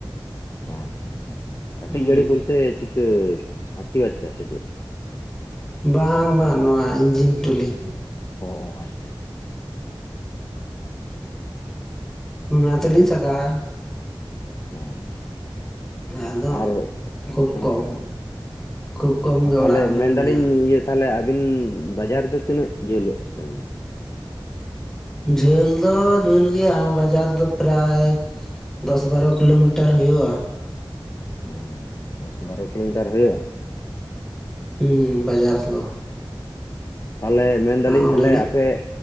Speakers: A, on the left; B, in the centre.
A: ᱟᱪᱪᱷᱟ ᱪᱪᱪᱷᱟ ᱠᱟᱹᱴᱤᱡ
B: ᱦᱩᱸ
A: ᱜᱟᱹᱲᱤ ᱵᱚᱞᱛᱮ ᱪᱤᱠᱟᱹ ᱦᱟᱹᱛᱤ ᱵᱟᱪᱪᱟ ᱥᱮ ᱪᱮᱫ
B: ᱵᱟᱝ ᱵᱟᱝ ᱱᱚᱣᱟ ᱤᱧᱡᱤᱱ ᱴᱩᱞᱤ
A: ᱚ ᱟᱪᱪᱷᱟ ᱟᱪᱷᱟ
B: ᱚᱱᱟ ᱛᱮᱞᱤᱧ ᱥᱟᱜᱟᱲᱟ
A: ᱦᱮᱸ
B: ᱟᱫᱚ
A: ᱟᱨ
B: ᱠᱷᱩᱵ ᱠᱚᱢ
A: ᱦᱮᱸ
B: ᱠᱷᱩᱵ ᱠᱚᱢ
A: ᱚ
B: ᱜᱮ
A: ᱛᱟᱦᱚᱞᱮ
B: ᱚᱲᱟᱜ ᱞᱤᱧᱟ
A: ᱢᱮᱱᱫᱟᱞᱤᱧ ᱤᱭᱟᱹ- ᱛᱟᱦᱚᱞᱮ ᱟᱵᱤᱱ ᱵᱟᱡᱟᱨᱫᱚ ᱛᱤᱱᱟᱹᱜ ᱡᱷᱟᱹᱞᱚᱜ ᱛᱟᱵᱤᱱᱟ
B: ᱡᱷᱟᱹᱞ ᱫᱚ ᱡᱷᱟᱹᱞ ᱜᱮᱭᱟ ᱵᱟᱡᱟᱨ ᱫᱚ ᱯᱨᱟᱭ- ᱫᱚᱥ ᱵᱟᱨᱚ ᱠᱤᱞᱳᱢᱤᱴᱟᱨ ᱦᱩᱭᱩᱜᱼᱟ᱾
A: ᱚ ᱫᱚᱥ ᱵᱟᱨᱚ ᱠᱤᱞᱳᱢᱤᱴᱟᱨ ᱦᱩᱭᱩᱜᱼᱟ
B: ᱦᱩᱸ ᱵᱟᱡᱟᱨ ᱫᱚ
A: ᱛᱟᱦᱚᱞᱮ ᱢᱮᱱ ᱫᱟᱞᱤᱧ
B: ᱚᱸᱰᱮᱞᱤᱧ
A: ᱛᱟᱦᱞᱮ ᱟᱯᱮ-